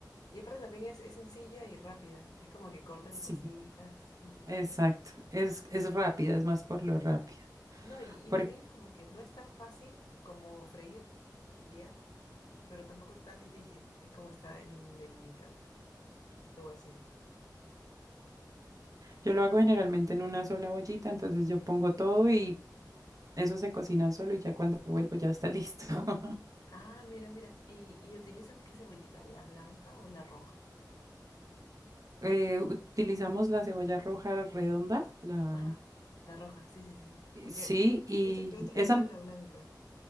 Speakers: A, on the left (about 60°); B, on the right (about 50°).
A: Y aparte también es, es sencilla y rápida. Es como que cortas
B: sí,
A: las cositas y...
B: exacto. Es, es rápida, es más por lo rápida.
A: No, y,
B: Porque
A: y también es como que no es tan fácil como freír y ya, pero tampoco es tan difícil. Es como está en el mitad, algo así.
B: yo lo hago generalmente en una sola ollita, entonces yo pongo todo y Eso se cocina solo y ya cuando vuelvo ya está listo. <laughs>
A: Ah, mira, mira. ¿Y, y utilizan qué cebollita? ¿La blanca o la roja?
B: Eh, utilizamos la cebolla roja redonda, la
A: Ajá, la roja, sí, sí, sí. Porque
B: sí, y
A: he visto que otros
B: esa
A: usan la blanca.